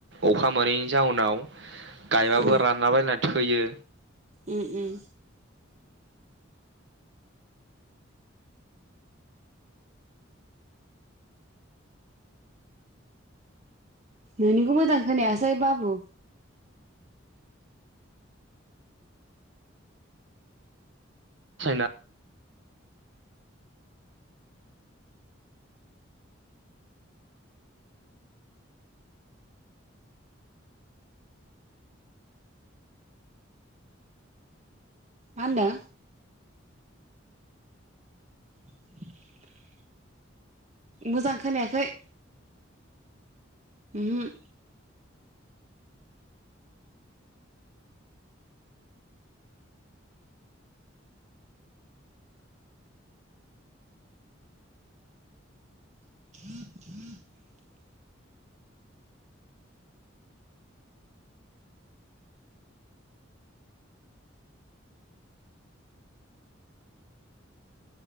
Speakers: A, on the right (about 60°); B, on the right (about 35°).
A: अखा मोनैनि जाउनाव। गायबाबो
B: औ
A: रानला बायनाथा होयो।
B: उम उम नोंनिखौ मोजां खोनायासै बाबु
A: साइना
B: मा होनदों? <inaudible> मोजां खोनायाखै उम हो <inaudible>